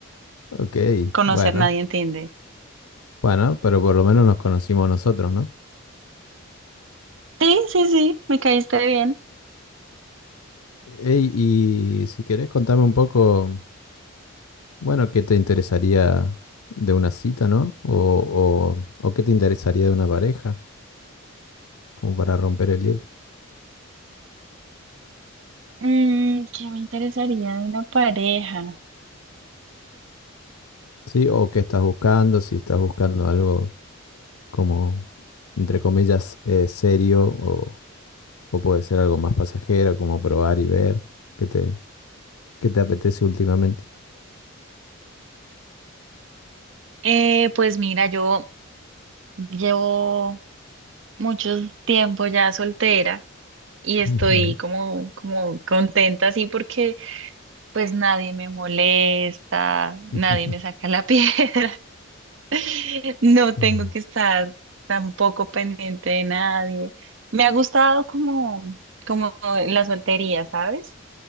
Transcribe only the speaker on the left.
Ok,
bueno,
bueno, pero por lo menos nos conocimos nosotros, ¿no?
Ey, y si querés contame un poco, bueno, ¿qué te interesaría de una cita, ¿no? O, o, o qué te interesaría de una pareja, como para romper el hielo.
Sí, o qué estás buscando, si estás buscando algo como, entre comillas, eh, serio o, o puede ser algo más pasajero, como probar y ver qué te, qué te apetece últimamente.
Ujú.
<laughs>
Mm.